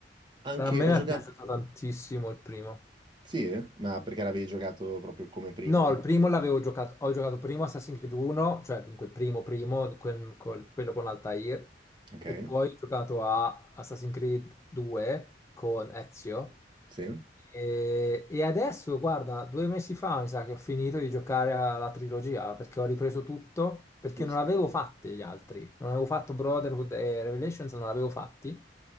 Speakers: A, on the right; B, on the left.
A: Anche
B: A me
A: ho giocato...
B: è piaciuto tantissimo il primo.
A: Sì, eh? ma perché l'avevi giocato proprio come primo?
B: No, il primo l'avevo giocato, ho giocato primo Assassin's Creed 1, cioè dunque il primo primo, quel- col- quello con Altair,
A: Ok.
B: e poi ho giocato a Assassin's Creed 2 con Ezio,
A: Sì,
B: e, e adesso, guarda, due mesi fa mi sa che ho finito di giocare alla trilogia, perché ho ripreso tutto, perché
A: Buste.
B: non avevo fatti gli altri, non avevo fatto Brotherhood e Revelations, non l'avevo fatti,